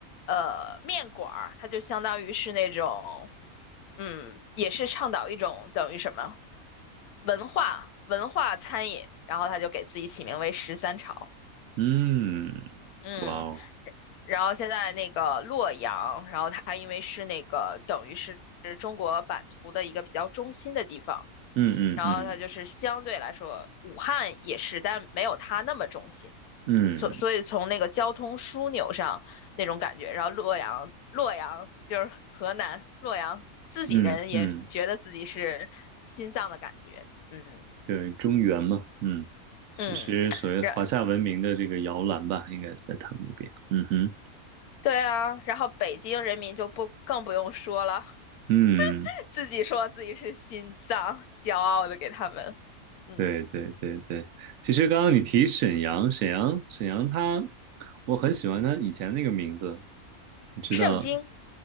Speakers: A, on the left; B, on the right.
A: 呃面馆儿，它就相当于是那种嗯，也是倡导一种等于什么文化文化餐饮，然后他就给自己起名为十三朝，
B: 嗯，
A: 嗯。
B: 哇哦，
A: 然后现在那个洛阳，然后它因为是那个等于是中国版图的一个比较中心的地方，
B: 嗯嗯嗯
A: 然后它就是相对来说，武汉也是，但没有它那么中心。
B: 嗯
A: 所所以从那个交通枢纽上那种感觉，然后洛阳，洛阳就是河南洛阳，自己人也觉得自己是心脏的感觉，
B: 嗯嗯，
A: 嗯
B: 对，中原嘛，嗯，
A: 嗯，
B: 这是所谓华夏文明的这个摇篮吧，
A: 然
B: 应该是在他们那边，嗯哼，
A: 对啊，然后北京人民就不更不用说了，
B: 嗯，
A: <laughs> 自己说自己是心脏，骄傲的给他们，嗯，
B: 对对对对，其实刚刚你提沈阳，沈阳沈阳它，我很喜欢它以前那个名字，你知道，
A: 圣经